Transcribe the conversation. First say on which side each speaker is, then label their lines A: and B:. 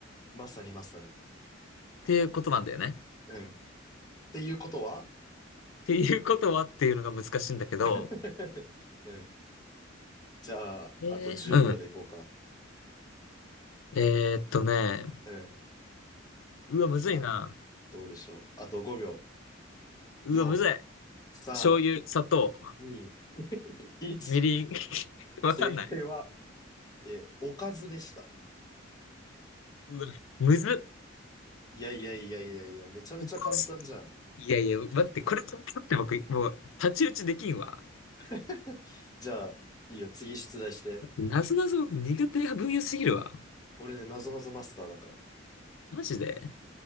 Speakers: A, on the left (about 20°); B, on the left (about 85°).
A: まさにまさに。
B: っていうことなんだよね。っ
A: うん。っていうことは
B: ていうことはっていうのが難しいんだけど、
A: <laughs> うん。じゃあ、
B: えー、
A: あと10秒でいこうか。
B: うん。えーっとね、
A: うん。
B: うわ、むずいな。
A: さあ、どうでしょう。あと5秒。
B: うわ、
A: 4、
B: むずい。
A: 3、
B: 醤油、砂糖、
A: 2、<laughs> 1。
B: みりん。<laughs> わかんない。
A: 正解は、えーおかずでした。
B: うわ、むずっ。
A: いやいやいやいやいや、めちゃめちゃ簡単じゃん。
B: おかしいいやいや、待って、これ、だって僕、もう、太刀打ちできんわ。
A: <laughs> じゃあ、いいよ、次出題して。
B: なぞなぞ苦手な分野すぎるわ。
A: 俺ね、なぞなぞマスターだから。
B: マジで。